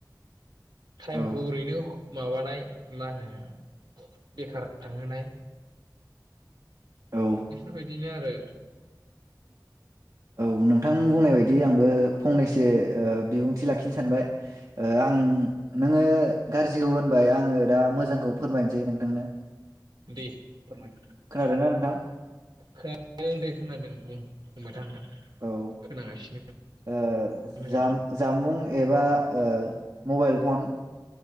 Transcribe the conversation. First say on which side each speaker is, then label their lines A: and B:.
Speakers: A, on the right (about 85°); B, on the right (about 55°).
A: टाइमखौ
B: औ
A: ओरैनो माबानाय मा होनो बेखार थांहोनाय।
B: औ
A: बेफोरबायदिनो आरो।
B: औ नोंथां बुंनाय बायदि आंबो फंनैसो ओ बिबुंथि लाखिनो सानबाय। ओ आं नोङो गाज्रिखौ होनबाय आङो दा मोजांखौ फोरमायनोसै नोंथांनो।
A: दे फोरमाय।
B: खोनादों ना नोंथां?
A: खोनादों दे खोनादों बुं बुंबाय था नोंथां
B: औ
A: खोनागासिनो।
B: ओ
A: मोजाङै
B: जाम जामबुं एबा ओ मबाइल फन